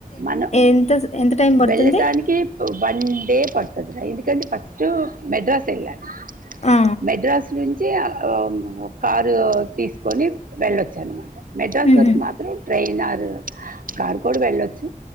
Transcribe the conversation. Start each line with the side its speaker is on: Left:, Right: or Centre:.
Right: మనం
Left: ఎంత స్ ఎంత టైం పడుతుంది?
Right: వెళ్ళటానికి వన్ డే పడుతు తుంది. ఎందుకంటే ఫస్ట్ మెడ్రాస్ వెళ్ళాలి.
Left: ఆ!
Right: మెడ్రాస్ నుంచి వచ్చి కారు తీసుకొని వెళ్ళొచ్చాన్నమాట. మెడ్రాస్
Left: హుహు.
Right: వరకు మాత్రం ట్రైయినరు. కారు కూడా వెళ్ళొచ్చు.